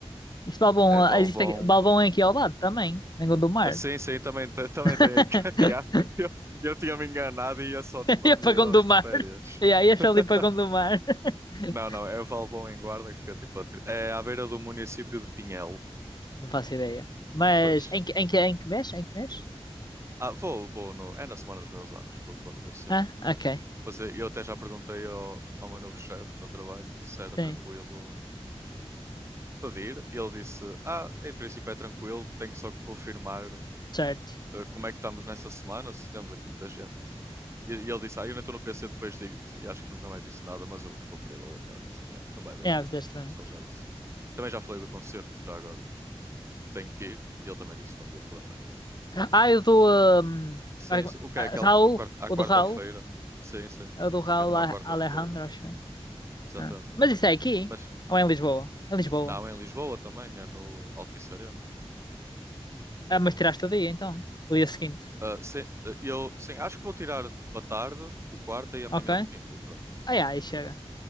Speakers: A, on the left; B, on the right.
A: Esse Valbom,
B: é Valbom.
A: ah, existe aqui, Valbom é aqui ao lado também, em Gondomar.
B: Ah, sim, sim, também, te- também
A: <laughs>
B: tem aqui. <laughs> Yeah. Eu, eu tinha-me enganado e ia só tipo
A: E
B: a
A: é
B: Milheiros
A: para Gondomar.
B: de férias.
A: E aí, acho
B: <laughs>
A: ali para Gondomar. <laughs>
B: Não, não, é Valbom em Guarda que fica tipo a, tri- é à beira do município de Pinhel.
A: Não faço ideia. Mas
B: Pois,
A: em que, em que, em que mês? Em que mês?
B: Ah, vou, vou no, é na semana dos meus anos, co- quando vou sempre.
A: Ah, ok.
B: Mas eu eu até já perguntei ao, ao meu novo chefe no trabalho se era
A: Sim,
B: tranquilo pedir. E ele disse: Ah, em princípio é tranquilo, tenho só que confirmar
A: certo.
B: eh, como é que estamos nessa semana, se temos aqui muita gente. E, e ele disse: Ah, eu não estou no PC, depois digo-te. E acho que nunca mais disse nada, mas eu comprei logo a casa. Assim, "É, não vai haver
A: É,
B: problema
A: ah, fizeste
B: nenhum,
A: bem.
B: se ele já disse. Também já falei do concerto, já agora, que tenho que ir. E ele também disse: Não havia problema nenhum.
A: Ah, eu do hum,
B: Sim,
A: ai, como-
B: sim. O que
A: ah,
B: é aquela?
A: Raul.
B: a quar- à
A: O
B: quarta-feira.
A: do Raul.
B: Sim, sim.
A: É o do Raul
B: Que É numa
A: A-
B: quarta-feira.
A: Alejandro, acho.
B: Exatamente.
A: Ah. Mas isso é aqui?
B: Mas
A: Ou é em Lisboa? Em Lisboa.
B: não, é em Lisboa também, é no Altice Arena.
A: Ah, mas tiraste o dia então. O dia seguinte.
B: Ah, sim, ah, eu sim, acho que vou tirar tipo a tarde de quarta e amanhã
A: Ok.
B: de quinta e pronto.
A: Ah, yeah, aí chega.